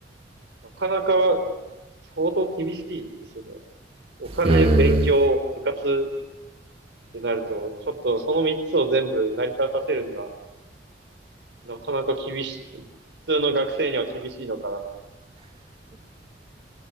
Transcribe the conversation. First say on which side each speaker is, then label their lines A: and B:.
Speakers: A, on the right; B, on the right.
A: なかなか相当厳しいですよね。お金、
B: うーん。
A: 勉強、部活ってなると、ちょっとその3つを全部成り立たせるには、なかなか厳しい、普通の学生には厳しいのかな。